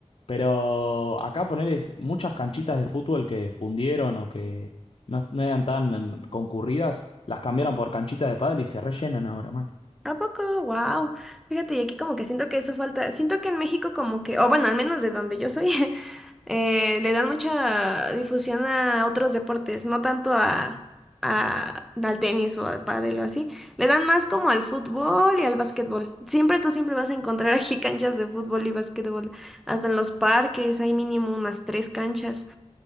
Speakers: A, on the left (about 55°); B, in the centre.
A: Pero acá ponele s- muchas canchitas de fútbol que fundieron o que no, no eran tan concurridas, las cambiaron por canchitas de pádel y se rellenan ahora, man.
B: ¿A poco? Wow. Fíjate, y aquí como que siento que eso falta. Siento que en México como que, o bueno, al menos de donde yo soy, <laughs> eh, le dan mucha difusión a otros deportes, no tanto a, a- al tenis o al pádel o así. Le dan más como al fútbol y al básquetbol. Siempre tú siempre vas a encontrar aquí <laughs> canchas de fútbol y básquetbol. Hasta en los parques hay mínimo unas tres canchas,